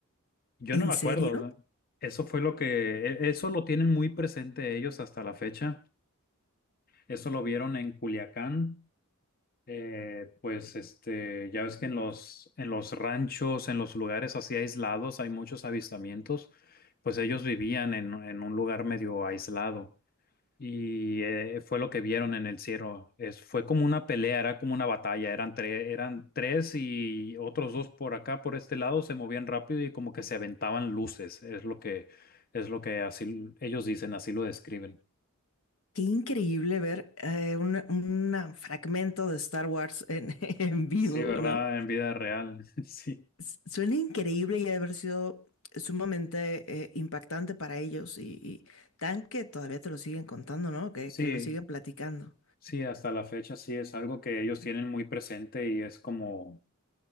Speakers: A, on the left; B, on the left.
A: Yo
B: ¿En
A: no me acuerdo,
B: serio?
A: o sea, eso fue lo que, e- eso lo tienen muy presente ellos hasta la fecha. Eso lo vieron en Culiacán. Eh, pues este, ya ves que en los, en los ranchos, en los lugares así aislados, hay muchos avistamientos. Pues ellos vivían en, en un lugar medio aislado. Y eh, fue lo que vieron en el cielo. Es, fue como una pelea, era como una batalla. Eran tres, eran tres y otros dos por acá, por este lado, se movían rápido y como que se aventaban luces. Es lo que, es lo que así ellos dicen, así lo describen.
B: Qué increíble ver eh, una- un una fragmento de Star Wars en, <laughs> en vivo,
A: Sí, ¿verdad?
B: ¿no?
A: En vida real. <laughs> Sí,
B: S- Suena increíble y ha de haber sido sumamente eh, impactante para ellos y, y tan que todavía te lo siguen contando, ¿no? Que,
A: sí,
B: que lo siguen platicando.
A: sí, hasta la fecha sí es algo que ellos tienen muy presente y es como,